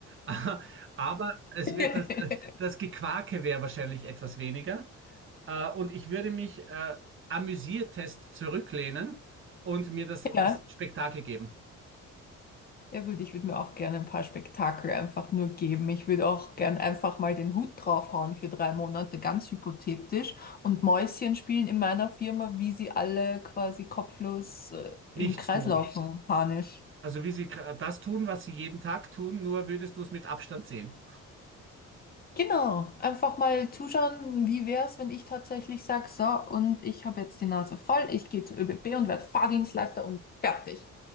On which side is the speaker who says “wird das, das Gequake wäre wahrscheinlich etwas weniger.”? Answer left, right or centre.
Right